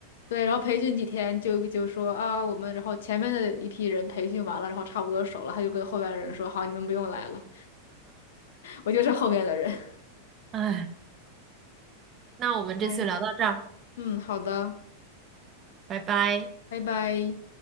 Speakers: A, on the left (about 60°); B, on the right (about 30°).
A: 对，然后培训几天就就说啊，我们然后前面的一批人培训完了，然后差不多熟了，他就跟后边的人说，好，你们不用来了，我就是后面的人。<laughs>
B: 哎，那我们这次聊到这儿，
A: 对，嗯，好的，
B: 拜拜。
A: 拜拜。